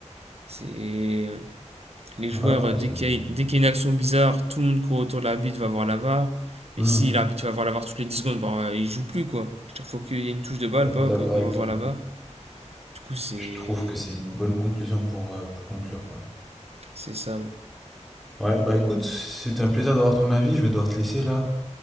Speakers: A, on the right; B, in the centre.
A: c'est Les joueurs,
B: Ouais, non,
A: euh, dès
B: c'est.
A: qu'il y, a- dès qu'il y a une action bizarre, tout le monde court autour de l'arbitre, va voir la VAR.
B: Hmm,
A: Mais si l'arbitre va voir la VAR toutes les 10 secondes, bah, euh, il joue plus quoi. À chaque fois qu'il y a une touche de balle,
B: tout à fait
A: bah,
B: d'accord
A: bah, on
B: avec
A: va voir
B: toi.
A: la VAR. Du coup, c'est.
B: Je trouve que c'est une bonne conclusion pour, euh, pour conclure, quoi.
A: C'est ça, ouais.
B: Ouais, bah écoute, c'était un plaisir d'avoir ton avis. Je vais devoir te laisser là.